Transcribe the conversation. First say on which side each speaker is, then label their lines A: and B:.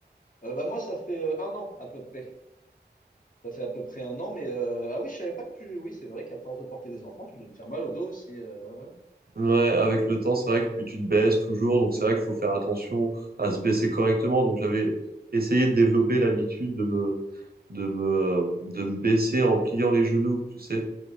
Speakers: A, on the left; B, on the right.
A: Euh, bah moi, ça fait euh, un an à peu près. Ça fait à peu près un an, mais euh, ah oui, je savais pas que tu. Oui, c'est vrai qu'à force de porter des enfants, tu dois te faire mal au dos aussi. euh, ouais.
B: Ouais, avec le temps, c'est vrai que puis tu te baisses toujours, donc c'est vrai qu'il faut faire attention à se baisser correctement. Donc j'avais essayé de développer l'habitude de me de me, de me baisser en pliant les genoux, tu sais.